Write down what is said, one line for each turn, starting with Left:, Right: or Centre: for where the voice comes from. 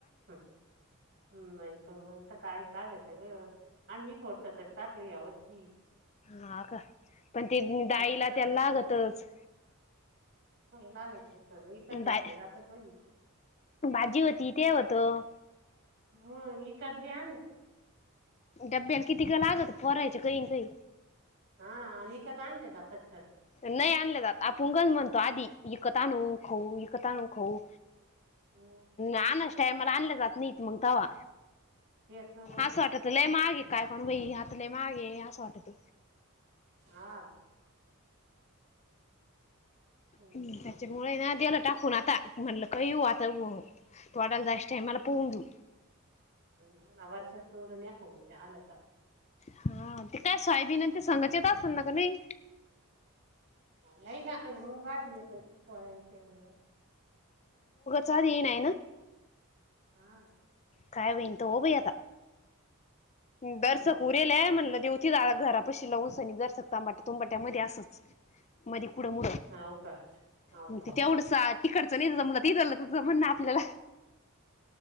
Right: हम्म नाही त मग दाळीत लागत ग. आम्ही थोडसं कच टाकले या वर्षी.
Left: हा का? पण ते डाईला
Right: दर दर
Left: त्याला
Right: वर्षी
Left: लागतच.
Right: लागतचन, मग विकत घेतल्या
Left: बा
Right: जात नाही.
Left: भाजी होती ते होतं
Right: हम्म विकत बी आण
Left: डब्ब्याला किती क लागत पोरांच्या काहीन काही.
Right: हा आणि विकत आणलं जातं का?
Left: नाही आणले जात, आपुंगज म्हणतो आधी इकत आणून खाऊ, इकत आणून खाऊ.
Right: हम्म,
Left: आणच टाय मला आणलं जात नाहीत मंग तवा्.
Right: तेच ना मग
Left: असं वाटत लय मागे का काय काणू बाई?. अता लय मागे असं वाटत.
Right: हा. हम्म.
Left: त्याच्यामुळे नदीला टाकून, आ ता म्हणलं काही होऊ, आता तोवाडाला जायच्या टामला पोहून घेऊ.
Right: हा ना. वर्षात तोडून का म आलाचा.
Left: हा ते काय साईबीन ते संगच येत असल ना, का नाही.
Right: नाही ना मूग आदी येतो, पोळ्याच्या टायमाला.
Left: सॉरी! नाही ना.
Right: हा.
Left: काय होईन त होऊ बाई आता.
Right: हम्म
Left: दरसक उरेले म्हणलं देेवू तीद अता घरा पशी लावून सणी दरसक तबाट्या तुंबाट्या मध्ये असच, मध्ये कुड मुडं
Right: हाव का हाव
Left: मग
Right: का
Left: ते तेवढ तिकडचं नाही तला तिथलं तं म्हण आपल्याला